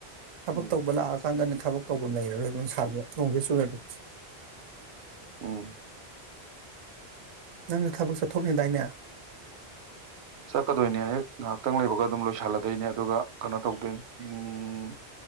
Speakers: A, on the right; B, on the right.
A: ꯊꯕꯛ
B: ꯎꯝ
A: ꯇꯧꯕ ꯂꯥꯛꯑꯀꯥꯟꯗꯅꯦ ꯊꯕꯛ ꯇꯧꯕꯝ ꯂꯩꯔꯔꯣꯏ ꯅꯨꯡꯁꯥꯖꯦ ꯅꯣꯡꯁꯦ ꯆꯨꯔꯗꯤ
B: ꯎꯝ
A: ꯅꯪꯖꯨ ꯊꯕꯛ ꯆꯠꯊꯣꯛꯅꯤꯗꯥꯏꯅꯦ
B: ꯆꯠꯀꯗꯣꯏꯅꯦ ꯍꯦꯛ ꯉꯥꯛꯍꯥꯛꯇꯪ ꯂꯩꯕꯒ ꯑꯗꯨꯝ ꯂꯣꯏꯁꯜꯂꯗꯣꯏꯅꯦ ꯑꯗꯨꯒ ꯀꯩꯅꯣ ꯇꯧꯗꯣꯏꯅꯤ ꯎꯝ